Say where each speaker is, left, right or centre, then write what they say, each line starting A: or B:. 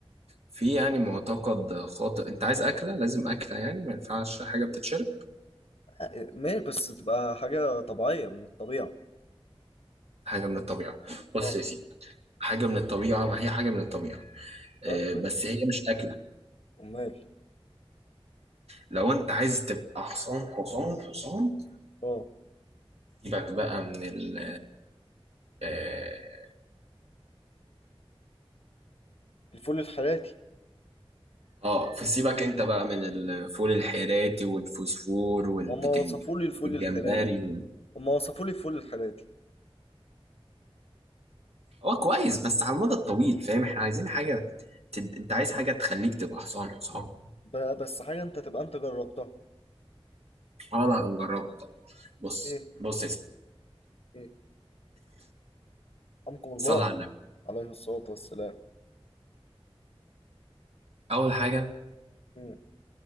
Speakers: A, on the right (about 85°); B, on the left (about 75°).
A: في يعني معتقد خاطئ انت عايز اكله لازم اكله يعني ما ينفعش حاجه بتتشرب
B: آه، ماشي بس تبقى حاجه طبيعيه من الطبيعه
A: حاجه من الطبيعه بص
B: اه
A: يا سيدي حاجه من الطبيعه ما هي حاجه من الطبيعه
B: طيب
A: آه
B: كويس
A: بس هي مش اكله
B: امال
A: لو انت عايز تبقى حصان حصان حصان
B: اه
A: سيبك بقى من ال آه،
B: الفول الحراتي
A: اه فسيبك انت بقى من الفول الحيراتي والفوسفور والبتنج
B: هما وصفوا لي الفول
A: والجمبري
B: الحراتي
A: وال...
B: هما وصفوا لي الفول الحراتي
A: هو كويس بس على المدى الطويل فاهم احنا عايزين حاجة تد... انت عايز حاجة تخليك تبقى حصان حصان
B: ب- بس حاجه انت تبقى انت جربتها
A: اه لا هنجربها طبعا بص
B: ايه
A: بص يا سيدي
B: ايه حمكم الله
A: صلي على النبي
B: عليه الصلاة والسلام
A: اول حاجة
B: مم.